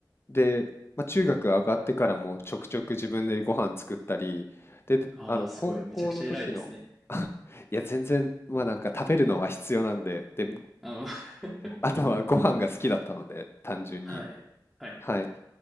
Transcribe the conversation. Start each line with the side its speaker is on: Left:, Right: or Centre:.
Left: で、まあ、中学上がってからもちょくちょく自分でご飯作ったり、で、
Centre: ああ、
Left: あの、
Centre: すごい、
Left: 高校の時の、
Centre: めちゃくちゃ偉いですね。
Left: <laughs> いや、全然、まあなんか食べるのは必要なんで、で、
Centre: あの <laughs>
Left: あとはご飯が好きだったので、単純に。
Centre: はい、はい。
Left: はい。